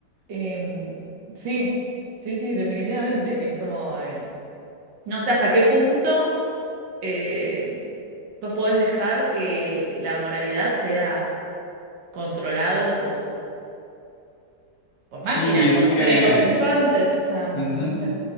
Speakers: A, on the right (about 85°); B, on the left (about 65°).
A: Em, sí, sí, sí, definitivamente. Es como, eh, no sé hasta qué punto eh, vos podés dejar que la moralidad sea controlado por
B: Sí,
A: máquinas,
B: es
A: por
B: que
A: seres no pensantes, o sea, no
B: ujú.
A: sé,